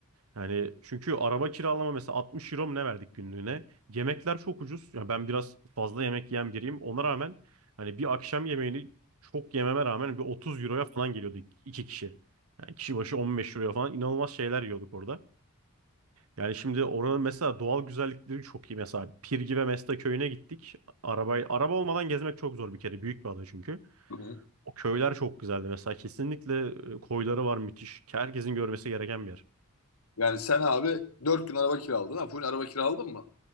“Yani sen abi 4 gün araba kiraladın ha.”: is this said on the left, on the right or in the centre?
Left